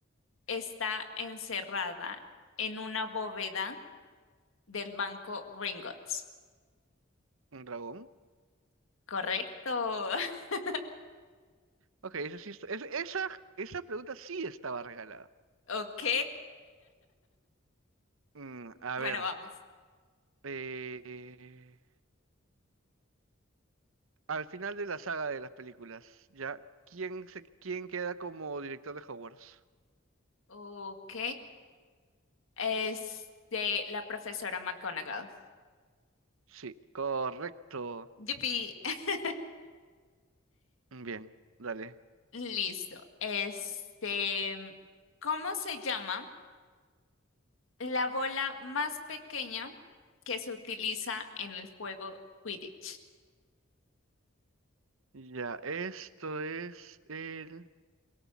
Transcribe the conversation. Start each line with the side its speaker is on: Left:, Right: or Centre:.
Left: está encerrada en una bóveda del banco Gringotts.
Right: ¿Un dragón?
Left: Correcto. <laughs>
Right: Ok, eso sí está- es- esa, esa pregunta sí estaba regalada.
Left: Ok.
Right: Mm, a
Left: Bueno,
Right: ver,
Left: vamos.
Right: eh, al final de la saga de las películas, ¿ya? ¿Quién se, quién queda como director de Hogwarts?
Left: Ok. Este, la profesora McGonagall.
Right: Sí, correcto.
Left: Yupi. <laughs>
Right: Bien, dale.
Left: Listo. Este, ¿cómo se llama la bola más pequeña que se utiliza en el juego Quidditch?
Right: Ya, esto es el...